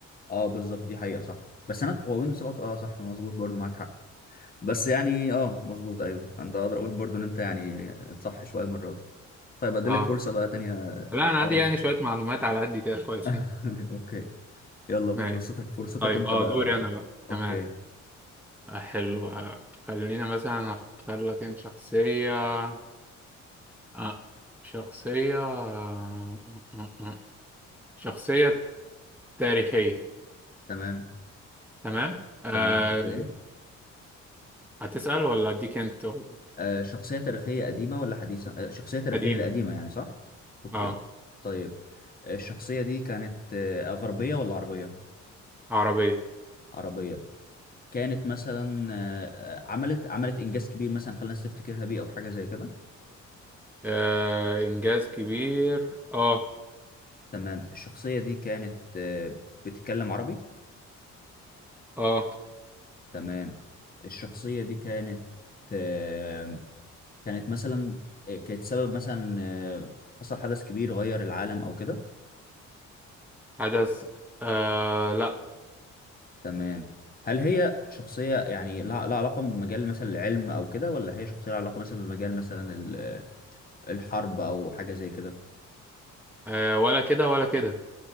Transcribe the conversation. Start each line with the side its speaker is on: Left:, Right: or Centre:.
Left: اه بالظبط دي حقيقه صح بس انا هو ويندوز 7 اه صح مظبوط برضو معاك حق بس يعني اه مظبوط ايوه انت اقدر اقول برضو ان انت يعني صح شويه المره دي طيب اديلك
Centre: اه
Left: فرصه بقى تانية
Centre: لا
Left: تحاول
Centre: انا عندي يعني شويه معلومات على قد كده كويسين
Left: <laughs> اوكي يلا
Centre: ماشي
Left: فرصتك فرصتك
Centre: طيب
Left: انت
Centre: اه
Left: بقى
Centre: دوري انا بقى
Left: اوكي
Centre: تمام آه، حلو آه، خلينا مثلا اختار لك انت شخصيه آه. شخصية آه، آه، آه. شخصية تاريخية
Left: تمام
Centre: تمام آه.
Left: تمام اوكي
Centre: هتسأل ولا أديك أنت ولا
Left: آه شخصيه تاريخيه قديمه ولا حديثه آه شخصيه تاريخيه
Centre: قديم
Left: قديمه يعني صح اوكي
Centre: آه
Left: طيب آه، الشخصيه دي كانت آه غربيه ولا عربيه
Centre: عربية
Left: عربيه كانت مثلا آه آه، عملت عملت انجاز كبير مثلا خلى الناس تفتكرها بيه او حاجه زي كده
Centre: آه. إنجاز كبير آه
Left: تمام الشخصية دي كانت آه، بتتكلم عربي
Centre: آه
Left: تمام الشخصية دي كانت آه، كانت مثلا آه، كانت سبب مثلا آه، حصل حدث كبير غير العالم أو كده
Centre: حدث آه. لا
Left: تمام هل هي شخصية يعني لها لها علاقة بمجال مثلا العلم أو كده ولا هي شخصية لها علاقة مثلا بمجال مثلا ال- آه، الحرب أو حاجة زي كده
Centre: آه. ولا كده ولا كده